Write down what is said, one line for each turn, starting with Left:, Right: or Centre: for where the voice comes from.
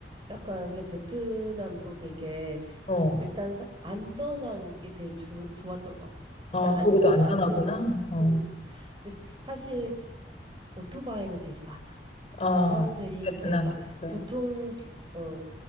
Right: 약간 그냥 베트남도 되게
Left: 어.
Right: 일단 사- 안전한 게 제일 주, 좋았던 것 같아. 일단
Left: 아,
Right: 안전하고
Left: 거기도 안전하구나. 어,
Right: 음, 근데 사실 오토바이는 되게 많아.
Left: 아,
Right: 그리고 사람들이
Left: 베트남이
Right: 이제 막
Left: 있어요.
Right: 교통 규- 어,